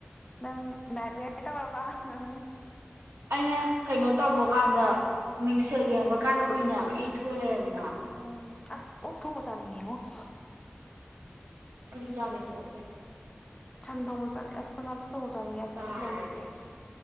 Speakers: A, on the left (about 20°); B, on the right (about 80°).
A: ꯅꯪ ꯅꯥꯏꯠ ꯃꯦꯌꯔ ꯇꯧꯔꯕ ꯎꯝ
B: ꯑꯩꯅ ꯀꯩꯅꯣ ꯇꯧꯕ ꯀꯥꯟꯗ ꯃꯤꯡꯁꯦꯜ ꯌꯦꯡꯕ ꯀꯥꯟꯗ ꯎꯏꯅꯦꯕ ꯏ ꯊꯣꯛꯑ ꯂꯩꯔꯝꯃꯤ
A: ꯎꯝ ꯑꯁ ꯑꯣꯛ ꯊꯣꯡꯕ ꯆꯥꯅꯤꯡꯉꯦꯉꯣ <inaudible>
B: ꯑꯩꯖꯨ ꯆꯥꯅꯤꯡꯉꯦ ꯑꯣꯛ ꯊꯣꯡꯕ
A: ꯁꯟ ꯊꯣꯡꯕꯁꯨ ꯆꯥꯅꯤꯡ ꯑꯁ ꯉꯥꯅꯨ ꯊꯣꯡꯕ ꯁꯨ ꯆꯥꯅꯤꯉꯦ ꯑꯁ
B: ꯆꯥꯔꯗꯤ
A: ꯆꯥꯅꯤꯡꯗꯕ ꯂꯩꯇ꯭ꯔꯦ
B: ꯑꯁ